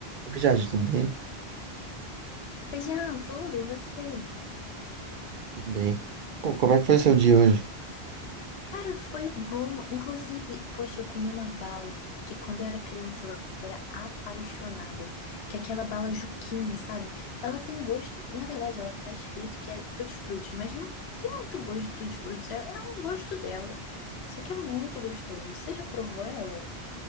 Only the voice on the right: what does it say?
Oi, Jade, tudo bem?
Tudo bem. Pô, como é que foi seu dia hoje?